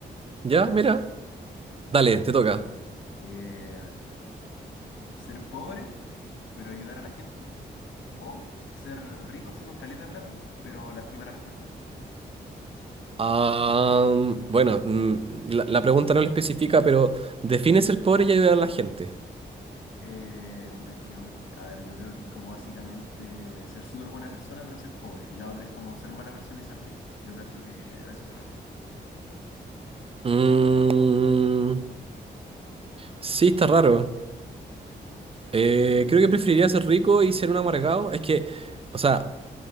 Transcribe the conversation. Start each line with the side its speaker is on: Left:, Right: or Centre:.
Right: ya, mira, dale, te toca.
Left: Eh, a ver, ser pobre, pero ayudar a la gente, o ser rico así con caleta de plata, pero lastimar a las personas.
Right: Ah, bueno, mm, la, la pregunta no lo especifica, pero define ser pobre y ayudar a la gente?
Left: Eh, puta, es que no lo expli- A ver, yo creo que es como básicamente ser súper buena persona, pero ser pobre. Y la otra es como ser mala persona y ser rico. Yo cacho que a eso se refiere.
Right: Mm, sí, está raro. Eh,
Left: Ujú.
Right: creo que preferiría ser rico y ser un amargado. Es que, o sea,